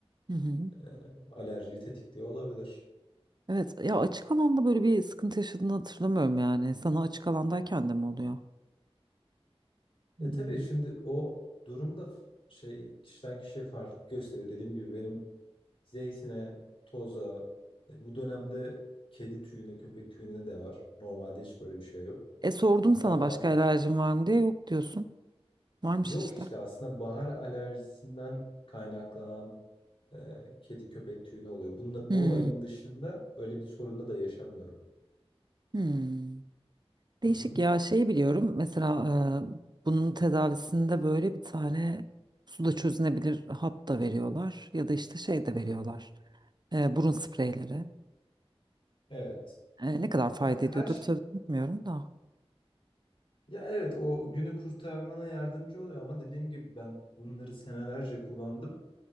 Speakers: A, on the right (about 45°); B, on the left (about 60°).
A: Hı hı.
B: e, alerjiyi tetikliyor olabilir.
A: Evet ya açık alanda böyle bir sıkıntı yaşadığını hatırlamıyorum yani. Sana açık alandayken de mi oluyor? Hmm.
B: E tabii şimdi o durumda f- şey kişiden kişiye farklılık gösteriyor. Dediğim gibi benim zeytine, toza, e, bu dönemde kedi tüyüne, köpek tüyüne de var. Normalde hiç böyle bir şey yok.
A: E sordum sana
B: Daha
A: başka alerjin var mı diye yok diyorsun. Varmış
B: yok
A: işte.
B: işte aslında bahar alerjisinden kaynaklanan e, kedi köpek tüyüne oluyor. Bununla,
A: Hmm.
B: bu ayın dışında öyle bir sorunla da yaşamıyorum.
A: Hmm.
B: Hı
A: Değişik
B: hı.
A: ya şeyi biliyorum mesela e, bunun tedavisinde böyle bir tane suda çözünebilir hap da veriyorlar ya da işte şey de
B: Hı
A: veriyorlar
B: hı.
A: E, burun spreyleri
B: Evet.
A: E, ne kadar fayda
B: Ama her
A: ediyordur
B: şey
A: tabii bilmiyorum da
B: Ya evet o günü kurtarmana yardımcı oluyor ama dediğim gibi ben bunları senelerce kullandım